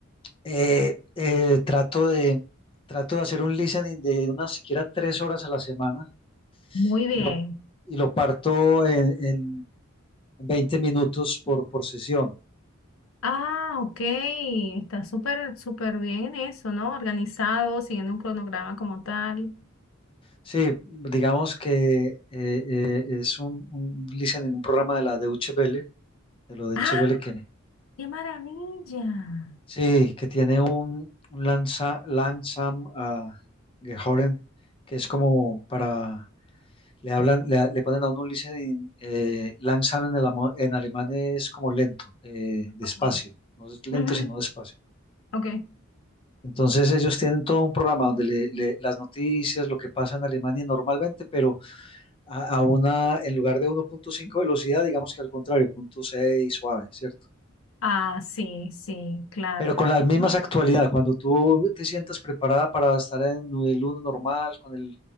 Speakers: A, on the left (about 25°); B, on the left (about 75°).
A: eh, eh, trato de, trato de hacer un listening de unas siquiera tres horas a la semana
B: Muy bien.
A: y lo, y lo parto en, en 20 minutos por, por sesión.
B: Ah, ok. Está súper, súper bien eso, ¿no? Organizado, siguiendo un cronograma como tal.
A: Sí, digamos que eh, eh, es un, un listening, un programa de la Deutsche Welle, de lo de
B: ¡Ah!
A: Chevelle que
B: ¡Qué maravilla!
A: sí, que tiene un, un lanza, Langsam ah, Gehoren, que es como para, le hablan, le, le ponen a uno un listening, eh, Langsam en, el, amo- en alemán es como lento, eh, despacio,
B: Ok.
A: no es lento
B: Ujú,
A: sino despacio.
B: ok.
A: Entonces ellos tienen todo un programa donde le- le- las noticias, lo que pasa en Alemania normalmente, pero a, a una, en lugar de 1.5 velocidad, digamos que al contrario, 0.6 suave, ¿cierto?
B: Ah, sí, sí, claro.
A: Pero con las mismas
B: Y-
A: actualidades, cuando tú te sientas preparada para estar en el uno normal, con el,